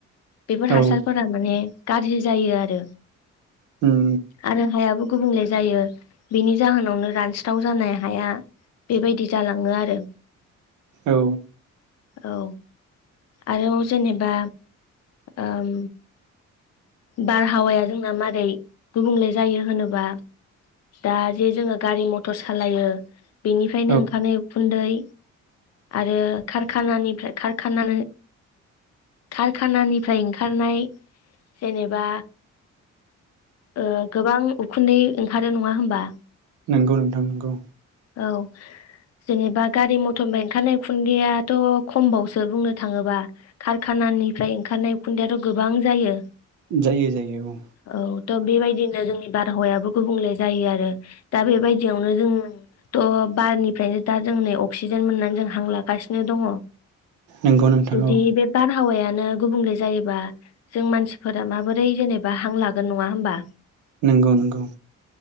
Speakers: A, on the left; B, on the right.
A: बेफोर हासारफोरा
B: औ
A: माने गाज्रि जायो आरो
B: उम
A: आरो हायाबो गुबुंले जायो बेनि जाहोनावनो रानस्राव जानाय हाया बेबायदि जालाङो आरो।
B: औ
A: औ आरो जेनेबा ओम बारहावाया जोंना मारै गुबुंले जायो होनोब्ला दा जे जोङो गारि मथर सालायो बेनिफ्रायनो
B: औ
A: ओंखारनाय उखुन्दै आरो कारखानानिफ्राय कारखाना कारखानानिफ्राय ओंखारनाय जेनेबा ओ गोबां उखुन्दै ओंखारो नङा होमबा?
B: नंगौ नोंथां नंगौ।
A: औ जेनेबा गारि मथरनिफाय ओंखारनाय खुन्दैयाथ' खमबावसो बुंनो थाङोबा खाराखान खानानिफ्राय ओंखारनाय उखुनदैयाथ' गोबां जायो
B: जायो जायो औ
A: औ थ बेबाय दिनो जोंनि बारहावायाबो गुबुंले जायो आरो दा बेबायदियावनो जों थ' बारनिफ्रायनो दा जों नै अक्सिजेन मोननानै जों हां लागासिनो दङ।
B: नंगौ नोंथां
A: जुदि
B: औ
A: बे बारहावायानो गुबुंले जायोबा जों मानसि फोरा माबोरै जेनेबा हां लागोन नङा होमबा?
B: नंगौ नंगौ।